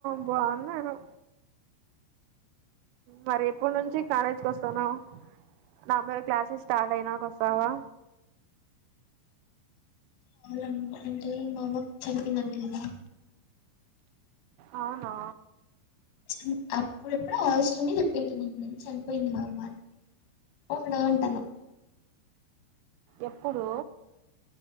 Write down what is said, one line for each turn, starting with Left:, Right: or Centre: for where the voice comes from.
Right: బావున్నారు మరి ఎప్పుడు నుంచి కాలేజ్కి వస్తాను నా మీరు క్లాసెస్ స్టార్ట్ అయినాక వస్తావా
Left: కావాలమ్మా అంటే మా అమ్మ చనిపిందంటడి కదా
Right: అవునా
Left: చున్ అప్పుడప్పుడు అవసరం మీ చెప్పింటు న నేను చనిపోయింది మాఅమ్మ ఊళ్ళో ఉంటను
Right: ఎప్పుడు